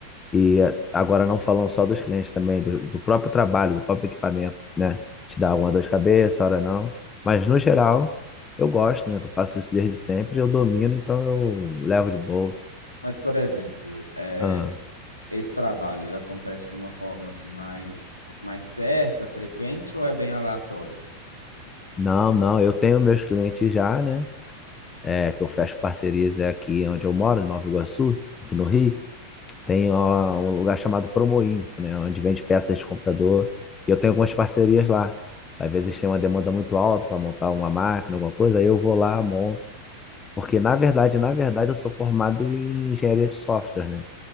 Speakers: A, on the left; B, on the left.
A: E eh, agora não falando só dos clientes também, do, do próprio trabalho, do próprio equipamento, né? Te dá uma dor de cabeça, hora não. Mas no geral, eu gosto, né? que Eu faço isso desde sempre, eu domino, então eu levo de boa.
B: Mas, por exemplo, é,
A: Ah,
B: esse trabalho, ele acontece de uma forma assim mais mais certa, frequente ou é bem aleatório?
A: não, não, eu tenho meus clientes já, né? É, que eu fecho parcerias é aqui onde eu moro, em Nova Iguaçu, aqui no Rio. Tem ó, um lugar chamado Promoinfo, né? Onde vende peças de computador. E eu tenho algumas parcerias lá. Às vezes tem uma demanda muito alta para montar uma máquina, alguma coisa, aí eu vou lá, monto. Porque, na verdade, na verdade, eu sou formado em engenharia de software, né?